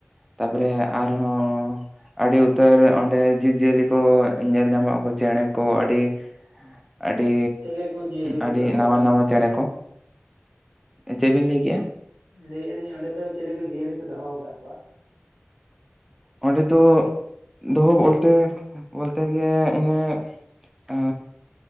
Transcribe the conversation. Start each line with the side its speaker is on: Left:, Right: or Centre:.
Centre: ᱛᱟᱯᱚᱨᱮ ᱟᱨᱦᱚᱸ ᱟᱹᱰᱤ ᱩᱛᱟᱹᱨ ᱚᱸᱰᱮ ᱡᱤᱵᱽᱼᱡᱤᱭᱟᱹᱞᱤ ᱠᱚ ᱧᱮᱞ ᱧᱟᱢᱚᱜ ᱠᱚ ᱪᱮᱬᱮ ᱠᱚ ᱟᱹᱰᱤ ᱟᱹᱰᱤ
Right: ᱪᱮᱞᱮ ᱠᱚ ᱡᱤᱭᱟᱹᱞᱤ ᱫᱚᱠᱚ
Centre: ᱟᱹᱰᱤ
Right: ᱫᱚᱦᱚ
Centre: ᱱᱟᱣᱟ
Right: ᱟᱠᱟᱫ
Centre: ᱱᱟᱣᱟ
Right: ᱠᱚᱣᱟ ᱚᱸᱰᱮ
Centre: ᱪᱮᱬᱮ
Right: ᱫᱚ
Centre: ᱠᱚ, ᱪᱮᱫ ᱵᱤᱱ ᱞᱟᱹᱭ ᱠᱮᱫᱼᱟ?
Right: ᱞᱟᱹᱭᱮ ᱟᱹᱞᱤᱧ ᱚᱸᱰᱮ ᱫᱚ ᱪᱮᱞᱮ ᱠᱚ ᱡᱤᱭᱟᱹᱞᱤ ᱠᱚ ᱫᱚᱦᱚ ᱟᱠᱟᱫ ᱠᱚᱣᱟ?
Centre: ᱚᱸᱰᱮ ᱫᱚ ᱫᱚᱦᱚ ᱵᱚᱞᱛᱮ ᱵᱚᱞᱛᱮ ᱜᱮ ᱤᱱᱟᱹ ᱟᱨ